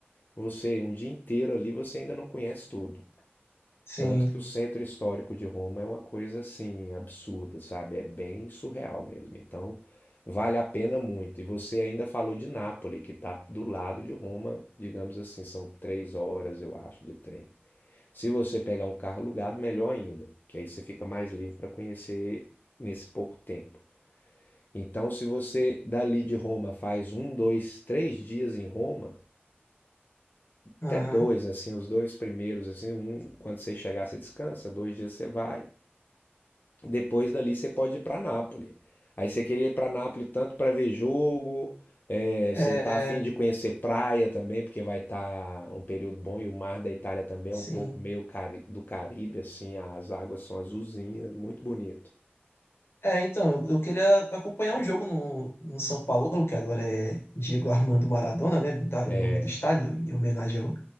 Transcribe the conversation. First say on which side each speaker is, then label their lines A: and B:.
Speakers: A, on the left (about 50°); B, on the left (about 75°).
A: você, um dia inteiro ali você ainda não conhece tudo.
B: Sim.
A: Tanto que o centro histórico de Roma é uma coisa assim absurda, sabe? É bem surreal mesmo. Então vale a pena muito. E você ainda falou de Nápoles, que está do lado de Roma, digamos assim, são três horas, eu acho, de trem. Se você pegar um carro alugado, melhor ainda, que aí você fica mais livre para conhecer nesse pouco tempo. Então, se você dali de Roma faz um, dois, três dias em Roma,
B: Uhum.
A: até dois, assim, os dois primeiros, assim, um, quando você chegar, você descansa, dois dias você vai, Depois dali você pode ir para Nápoles. Aí você queria ir para Nápoles tanto para ver jogo, é,
B: É,
A: você tá afim de conhecer praia também, porque vai estar um período bom e o mar da Itália também
B: sim.
A: é um pouco meio cari- do Caribe, assim, as águas são azulzinhas, muito bonito.
B: É, então, eu eu queria acompanhar um jogo no, no São Paulo, que agora é Diego Armando Maradona, né? Mudaram
A: É,
B: o nome do estádio em homenagem ao,